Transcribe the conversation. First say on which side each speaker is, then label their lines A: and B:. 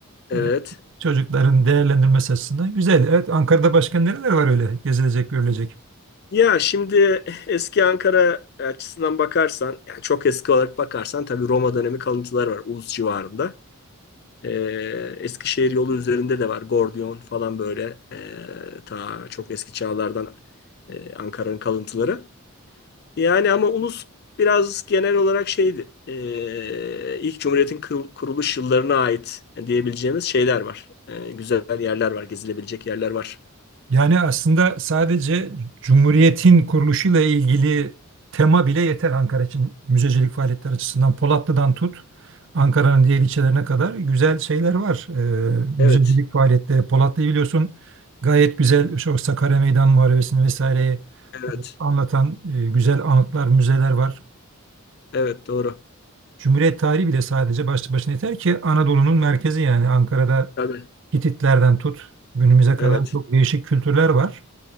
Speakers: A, on the left; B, on the right.
A: Evet.
B: E, Çocukların değerlendirmesi açısından güzel. Evet Ankara'da başka nereler var öyle gezilecek, görülecek?
A: Ya şimdi eski Ankara açısından bakarsan, yani çok eski olarak bakarsan tabii Roma dönemi kalıntılar var Ulus civarında. Ee, Eskişehir yolu üzerinde de var. Gordiyon falan böyle ee, ta çok eski çağlardan ee, Ankara'nın kalıntıları. Yani ama ulus biraz genel olarak şeydi. Ee, ilk Cumhuriyet'in kırıl- kuruluş yıllarına ait diyebileceğimiz şeyler var. Ee, güzel yerler var, gezilebilecek yerler var.
B: Yani aslında sadece Cumhuriyet'in kuruluşuyla ilgili tema bile yeter Ankara için müzecilik faaliyetleri açısından. Polatlı'dan tut Ankara'nın diğer ilçelerine kadar güzel şeyler var. Ee,
A: Evet,
B: müzecilik faaliyetleri. Polatlı'yı biliyorsun gayet güzel şu Sakarya Meydan Muharebesi'ni vesaireyi
A: evet,
B: e, anlatan e, güzel anıtlar, müzeler var.
A: evet doğru.
B: Cumhuriyet tarihi bile sadece başlı başına yeter ki Anadolu'nun merkezi yani Ankara'da
A: Tabii,
B: Hititlerden tut günümüze kadar
A: evet,
B: çok değişik kültürler var.